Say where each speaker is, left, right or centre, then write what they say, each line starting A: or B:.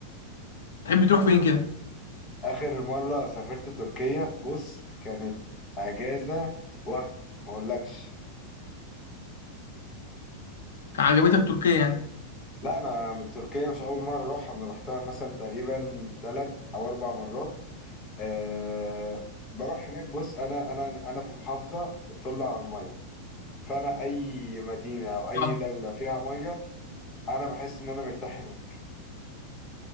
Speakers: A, on the left; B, on the left.
A: تحب تروح فين كده
B: آخر مرة سافرت تركيا بص كانت أجازة وهم ما أقولكش
A: عجبتك تركيا يعني
B: لا أنا من تركيا مش أول مرة أروحها أنا روحتها مثلا تقريبا تلات أو أربع مرات أه بروح هناك بص أنا أنا أنا في محافظة بتطل على المية فأنا أي مدينة أو أي
A: اه
B: دولة فيها مية أنا بحس إن أنا مرتاح هناك